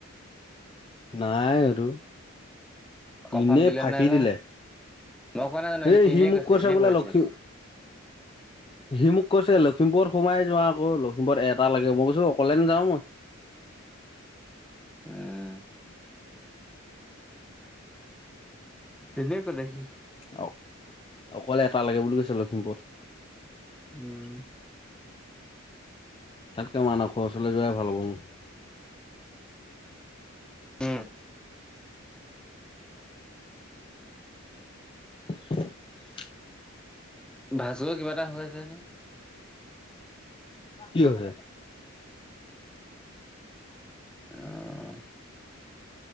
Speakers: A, on the left; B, in the centre.
A: নাই সেটো
B: কনফাৰ্ম
A: ইনে ফাঁকি
B: নাই বা?
A: দিলে
B: মই কোৱা নাই জানো
A: এই
B: এনেই
A: সি মোক কৈছে
B: এনেই
A: বোলে
B: কৈ আছে
A: লক্ষী
B: সি।
A: সি মোক কৈছে লখিমপুৰত সোমাই যোৱা আকৌ লখিমপুৰত এটা লাগে মই কৈছো অকলে নাযাও মই <inaudible>
B: উম এনেই কলে সি
A: অ অকলে এটা লাগে বুলি কৈছে লখিমপুৰত
B: উম
A: তাতকৈ মানসৰ ওচৰলৈ যোৱাই ভাল হব মোৰ
B: উম
A: <unintelligible>
B: ভাস্কৰ কিবা এটা হৈ আছে হেনো
A: কি হৈছে
B: অ',